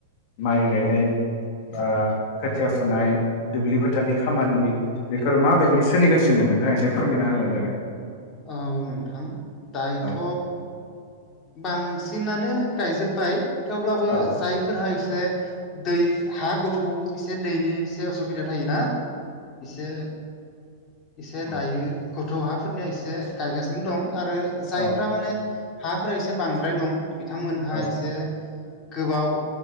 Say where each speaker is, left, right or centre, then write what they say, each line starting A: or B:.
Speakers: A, on the left; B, on the left.
A: माइ गायनाय दा खोथिया फुनाय दुब्लि फोथारानि खामानि बेफोर माबायदि सोलिगासिनो नोंथाङा एसे फोरमायना होबानो जाबाय
B: औ नोंथां दायोथ'
A: औ
B: बांसिनानो गायजोब्बाय थेवब्लाबो
A: औ
B: जाय बे फोरहा एसे दै हा गोथौ एसे दैनि एसे असुबिदा थायो ना एसे एसे
A: औ
B: दायो गथ' हाफोरनिया एसे गायगासिनो दं। आरो जायफ्रा
A: औ
B: माने हाफोरा एसे बांद्राय दं बिथांमोनहा
A: औ
B: एसे गोबाव